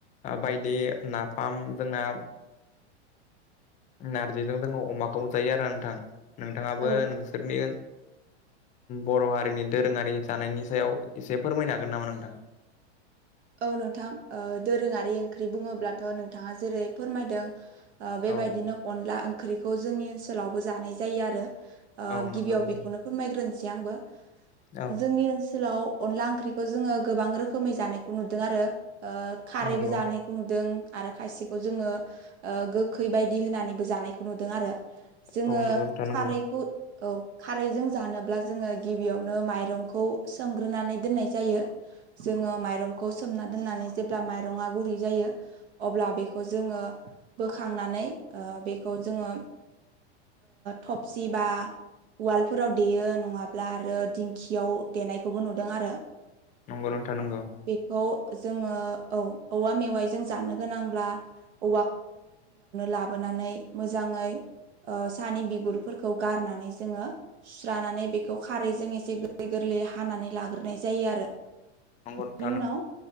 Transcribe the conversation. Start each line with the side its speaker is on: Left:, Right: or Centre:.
Left: बायदि नाफाम जोंना नारजिजों जोङो अमाखौबो जायो आरो नोंथां नोंथाङाबो
Right: औ
Left: नोंसोरनि बर हारिनि दोरोङारि जानायनि सायाव एसे फोरमायनो हागोन नामा नोंथां?
Right: औ नोंथां ओ दोरोङारि ओंख्रि बुङोब्लाथ नोंथाङा जेरै फोरमायदों ओ बेबायदिनो
Left: औ
Right: अनला ओंख्रिखौ जोंनि ओनसोलावबो जानाय जायो आरो ओ
Left: औ नंगौ
Right: गिबियाव
Left: नोंथां
Right: बेखौनो फोरमायग्रोनोसै आंबो
Left: औ
Right: जोंनि ओनसोलाव अनला ओंख्रिखौ जोङो गोबां रोखोमै जानायखौ नुदों आरो ओ खारैबो
Left: नंगौ
Right: जानायखौ नुदों आरो खायसेखौ जोङो ओ गोखै बायदि होनानैबो जानायखौ नुदों आरो जोङो
Left: औ नंगौ नोंथां नंगौ
Right: खारैखौ औ खारैजों जानोब्ला जोङो गिबियावनो माइरंखौ सोमग्रोनानै दोननाय जायो जोङो माइरं खौ सोमना दोननानै जेब्ला मायरंआ गुरै जायो‌ अब्ला बेखौ जोङो बोखांनानै नै ओ बेखौ जों थबसि बा वालफोराव देयो नङाब्ला आरो दिंखियाव देनायखौबो नुदों आरो
Left: नंगौ नोंथां नंगौ
Right: खौ जोङो औ औवा मेवाइ जों जानो गोनांब्ला औ लाबोनानै मोजाङै ओ सानि बिगुरफोरखौ गारनानै जोङो सुस्रानानै बेखौ खारैजों एसे गोरलै गोरलै गोरलै हानानै लाग्रोनाय जायो आरो
Left: नंगौ नोंथां
Right: बिनि उनाव